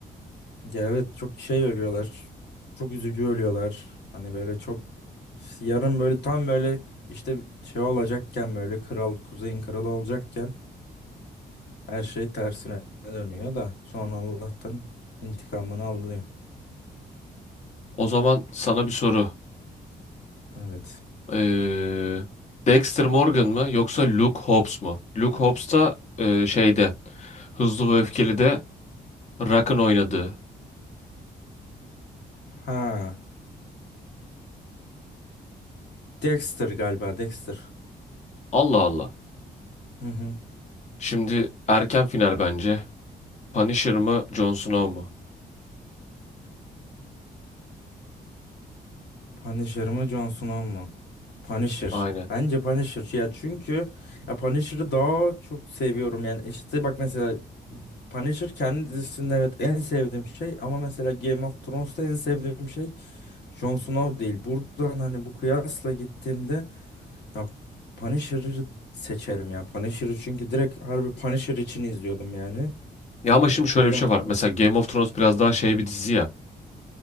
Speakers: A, on the left; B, on the left.
A: Ya evet çok şey ölüyorlar. Çok üzücü ölüyorlar. Hani böyle çok yarın böyle tam böyle işte şey olacakken böyle kral kuzeyin kralı olacakken her şey tersine dönüyor da sonra Allah'tan intikamını alıyor.
B: O zaman sana bir soru.
A: Evet.
B: Ee, Dexter Morgan mı yoksa Luke Hobbs mu? Luke Hobbs da e, şeyde Hızlı ve Öfkeli'de Rock'ın oynadığı.
A: Ha. Dexter galiba Dexter.
B: Allah Allah.
A: <laughs>
B: Şimdi erken final bence. Punisher mı, Jon Snow mu?
A: Punisher mı Jon Snow mu? Punisher.
B: Aynen.
A: Bence Punisher. Ya çünkü ya Punisher'ı daha çok seviyorum. Yani işte bak mesela Punisher kendi dizisinde evet en sevdiğim şey ama mesela Game of Thrones'ta en sevdiğim şey Jon Snow değil. Buradan hani bu kıyasla gittiğimde ya Punisher'ı seçerim ya. Punisher'ı çünkü direkt harbi Punisher için izliyordum yani.
B: Ya ama şimdi şöyle
A: O yüzden
B: bir şey var. Mesela Game of Thrones biraz daha şey bir dizi ya.